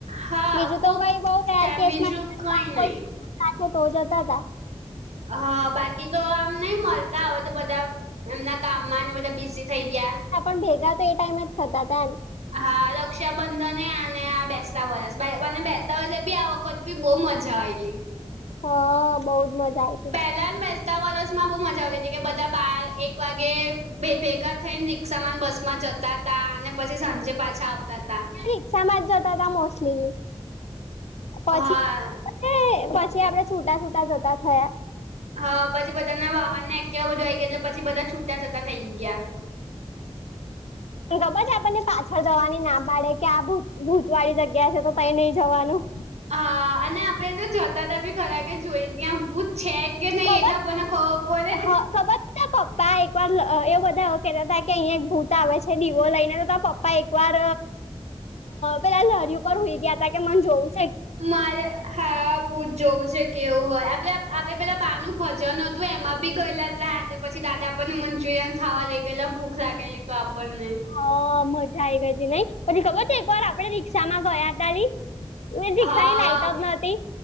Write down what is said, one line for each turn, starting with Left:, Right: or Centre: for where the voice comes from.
Right: હા
Left: બીજું
Right: કોક
Left: તો કઈ બઉ રેઅર
Right: ટાઈમ
Left: કેસમા
Right: બીજું
Left: <unintelligible> <unintelligible>
Right: કઈ નહી
Left: તો જતા હતા.
Right: હા બાકી તો આમ નહી મલતા હવે તો બધા એમના કામમાં ને બધા બિઝી થઈ ગયા.
Left: હા પણ ભેગા તો એ ટાઈમ જ થતા તા ન.
Right: હા રક્ષાબંધન અને આ બેસતા વરસ, બન્ને બેસતા વરસે બી આ <unintelligible> <unintelligible> બહુ મજા આયેલી.
Left: હ બહુ જ મજા આઇ.
Right: પેલા ન બેસતા વર્ષમાં બહુ મજા આવતી હતી કે બધા બાર એક વાગે ભેગા થઈને રિક્ષામાં ન બસમાં જતા તા અને પછી સાંજે પાછા આવતા તા.
Left: રીક્ષામાં જ જતા હતા મોસ્ટલી પછી
Right: હા.
Left: એ પછી આપડે છૂટા છૂટા જતા થયા.
Right: હા પછી બધા ના વાહન ને એક્ટિવા બધું આઇ ગયુ એટલે પછી બધા છૂટા જતા થઈ ગ્યા.
Left: તન ખબર છે આપણને પાછળ જવાની ના પાડે કે આ ભૂત ભૂત વાળી જગ્યા છે તો તઈ નહી જવાનું.
Right: હા અને આપડે તો જોતા ત બી ખરા કે જોઈ ત્યાં ભુત છે કે નહી
Left: ખબર
Right: એ તો કોઈને ખબર પડે.
Left: હા ખબર પપ્પા એક વાર એવ બધા કેતા હતા કે અહીંયા એક ભૂત આવે છે દીવો લઈને તો પપ પપ્પા એકવાર પેલા લારી ઉપર સુઈ ગ્યા તા કે મન જોવુ
Right: મારે હા ભૂત જોવું છે કેવું હોય આપે આપડે પેલા બા નું ભજન હતું એમાં બી ગયેલા રાત તે પછી દાદા આપણને મંચુરિયન ખાવા લઈ ગયેલા ભૂખ લાગેલી તો આપણને.
Left: હા મજા આઈ ગઈ હતી નઈ પછી ખબર છે એક વાર આપડ રિક્ષામાં ગયા તા લી. રિક્ષા
Right: હા
Left: ની લાઈટ જ નતી